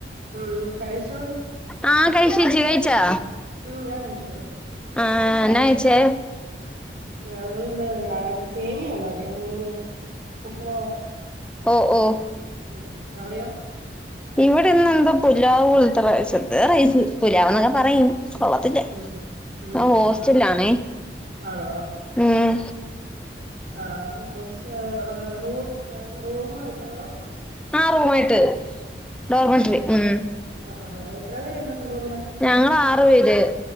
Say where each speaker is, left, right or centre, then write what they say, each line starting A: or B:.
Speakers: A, on the right (about 65°); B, in the centre.
A: ഉം കഴിച്ചോ
B: ആഹ് കഴിച്ചു ചേച്ചി കഴിച്ചാ
A: ഉം ഞാൻ കഴിച്ചു
B: ആഹ് ന്നാ കയിച്ചേ
A: ഞങ്ങിന്ന് രാ സേമിയ ഉണ്ടാക്കിയേ സേമിയ ഉപ്പുമാവ്
B: ഓഹ് ഓഹ്
A: ഉം ഉം അവിടെയോ
B: ഇവിടെന്ന് എന്തോ പുലാവ് പോലത്തെ റൈസ് ന്തോ റൈസ് പുലാവ ന്നൊക്കെ പറയും കൊള്ളത്തില്ല
A: ഉം ഉം
B: ഞാൻ ഹോസ്റ്റല്ലാന്നെ
A: ഉം ഉം. ആണോ
B: ഉം
A: ആഹ് ഹോസ്റ്റ റൂ റൂം ആയിട്ടാണോ
B: ആഹ് റൂമായിട്ട് ഡോമേട്ടറി ഉം
A: ആഹാഹാ എത്ര പേരുണ്ട് റൂമില്
B: ഞങ്ങളാറു പേര്